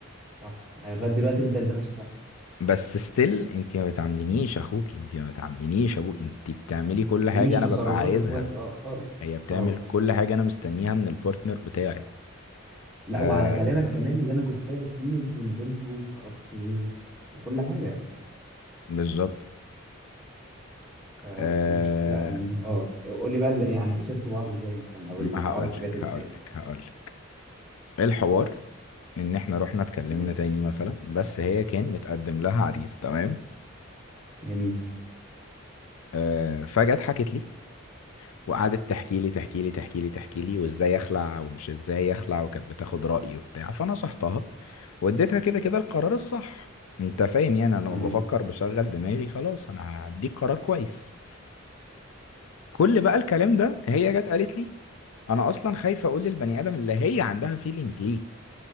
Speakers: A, in the centre; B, on the left.
A: صح يعني لغايه دلوقتي انت انت ماشي صح
B: بس ستيل انت ما بتعاملينيش اخوك انت ما بتعاملينيش ابوك انت بتعملي كل
A: دي
B: حاجه
A: مش
B: انا
A: تصرفات
B: ببقى عايزها
A: اخوات اه خالص
B: هي بتعمل
A: اه
B: كل حاجه انا مستنيها من البارتنر بتاعي
A: لا
B: آه
A: وعلى كلامك كمان اللي انا كنت سايبك فيه انتوا نزلتوا وخرجتوا وكل حاجه
B: بالظبط
A: ف...
B: آه
A: لا أنا- اه قول لي بقى ال- يعني سبتوا بعض ازاي مثلا او الحركه
B: هقول لك
A: جت ازاي
B: هقول لك هقول لك الحوار ان احنا رحنا اتكلمنا
A: تمام
B: تاني مثلا بس هي كان متقدم لها عريس تمام
A: جميل
B: آه فجت حكت لي وقعدت تحكي لي تحكي لي تحكي لي تحكي لي وازاي اخلع ومش ازاي اخلع وكانت بتاخد رأيي وبتاع فانا صحتها واديتها كده كده القرار الصح انت فاهم يعني انا لما
A: تمام
B: بفكر بشغل دماغي خلاص انا هديك قرار كويس كل بقى الكلام ده هي جت قالت لي انا اصلا خايفه اقول للبني ادم اللي هي عندها فيلينجز ليه